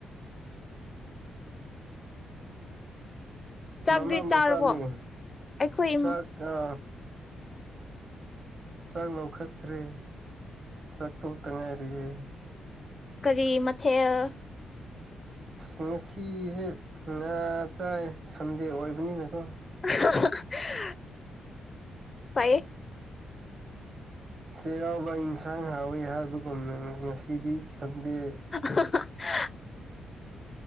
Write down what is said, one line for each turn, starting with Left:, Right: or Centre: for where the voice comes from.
Left: ꯆꯥꯛꯇꯤ
Right: ꯃꯃꯥ ꯃꯄꯥꯗꯤ
Left: ꯆꯥꯔꯕꯣ ꯑꯩꯈꯣꯏ
Right: ꯆꯥꯛ ꯑ ꯆꯥꯛ ꯂꯧꯈꯠꯈ꯭ꯔꯦ ꯆꯥꯛ ꯇꯣꯛ ꯇꯉꯥꯏꯔꯤꯑꯦ
Left: ꯀꯔꯤ ꯃꯊꯦꯜ
Right: ꯑꯁ ꯉꯁꯤꯁꯦ ꯉꯥ ꯆꯥꯏ ꯁꯟꯗꯦ ꯑꯣꯏꯕꯅꯤꯅꯀꯣ
Left: <unintelligible> ꯐꯩꯌꯦ
Right: ꯆꯩꯔꯥꯎꯕ ꯌꯦꯟꯁꯥꯡ ꯍꯥꯎꯋꯤ ꯍꯥꯏꯕꯒꯨꯝꯅ ꯉꯁꯤꯗꯤ ꯁꯟꯗꯦ
Left: <unintelligible>